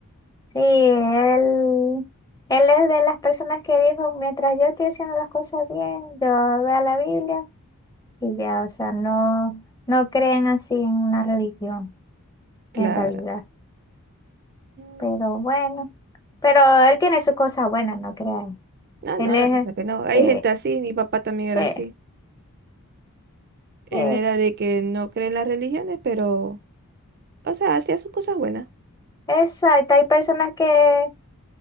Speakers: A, on the left; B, on the right.
A: Sí, él, él es de las personas que dijo, mientras yo estoy haciendo las cosas bien, yo veo la Biblia. Y ya, o sea, no, no creen así en una religión,
B: Claro.
A: en realidad.
B: Mm,
A: Pero bueno, pero él tiene sus cosas buenas, no crean.
B: No,
A: Él
B: no,
A: es,
B: no, fíjate que no.
A: sí,
B: Hay gente así, mi papá también
A: sí,
B: era así. Él
A: sí.
B: era de que no cree en las religiones, pero, o sea, hacía sus cosas buenas.
A: Exacto, hay personas que,